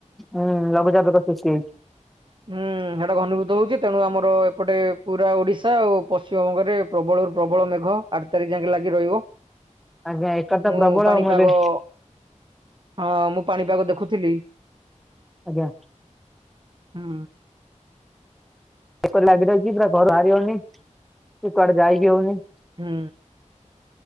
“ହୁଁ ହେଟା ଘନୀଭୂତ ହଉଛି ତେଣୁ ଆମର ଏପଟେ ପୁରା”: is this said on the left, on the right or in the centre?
Right